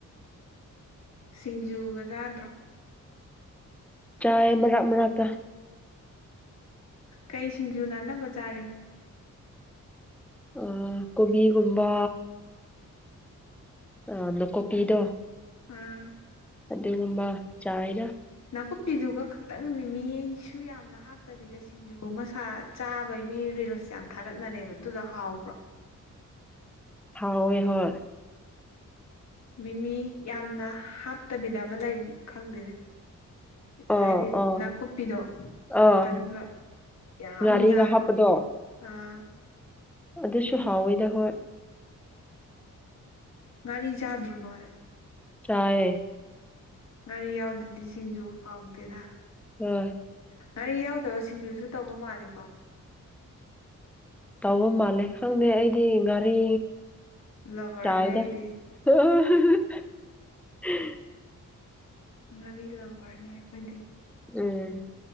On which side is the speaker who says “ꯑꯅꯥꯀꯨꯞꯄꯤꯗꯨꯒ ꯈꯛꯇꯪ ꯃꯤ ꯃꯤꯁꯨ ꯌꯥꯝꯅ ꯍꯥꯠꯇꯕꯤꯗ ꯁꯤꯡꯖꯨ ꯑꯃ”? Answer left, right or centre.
Left